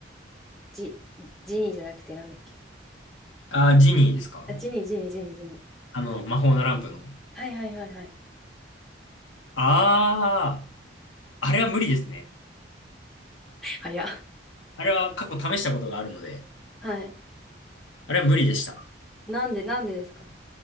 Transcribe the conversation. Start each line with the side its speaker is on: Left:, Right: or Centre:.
Centre: ジ、ジニーじゃなくて、なんだっけ。
Left: あジニーですか
Centre: あ、ジニー、ジニー、ジニー、ジニー。
Left: あの、魔法のランプの。
Centre: はいはいはいはい。
Left: ああ、あれは無理ですね。
Centre: 早っ。
Left: あれは過去試したことがあるので、
Centre: はい。
Left: あれは無理でした。
Centre: なんで、なんでですか